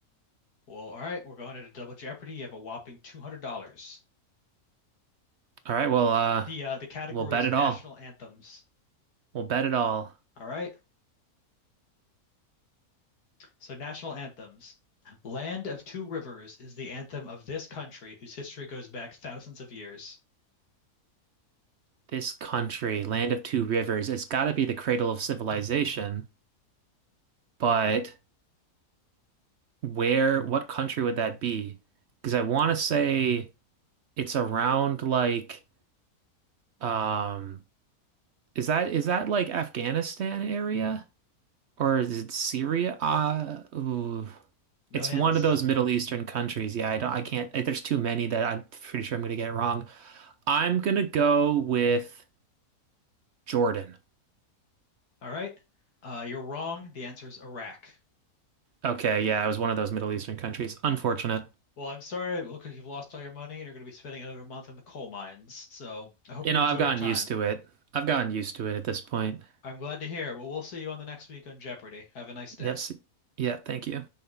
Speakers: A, on the left; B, on the right.
A: Well, all right, we're going into Double Jeopardy. You have a whopping $200.
B: All right, well, uh,
A: The uh, the category
B: we'll bet
A: is
B: it
A: national
B: all.
A: anthems.
B: We'll bet it all.
A: All right. So national anthems. Land of Two Rivers is the anthem of this country whose history goes back thousands of years.
B: This country, land of two rivers, it's got to be the cradle of civilization, but where, what country would that be? Because I want to say it's around like um is that is that like Afghanistan area? or is it Syria? Uh, ooh.
A: No
B: It's
A: hints.
B: one of those Middle Eastern countries. Yeah, I don't, I can't, eh, there's too many that I'm pretty sure I'm gonna get it wrong. I'm gonna go with Jordan.
A: All right. Uh, you're wrong. The answer is Iraq.
B: Okay, yeah, it was one of those Middle Eastern countries. Unfortunate.
A: Well, I'm sorry. It looks like you've lost all your money and you're going to be spending another month in the coal mines. So I hope
B: You
A: you
B: know,
A: enjoy
B: I've gotten
A: your time.
B: used to it. I've gotten used to it at this point.
A: I'm glad to hear. Well, we'll see you on the next week on Jeopardy. Have a nice day.
B: Yes. Yeah, thank you.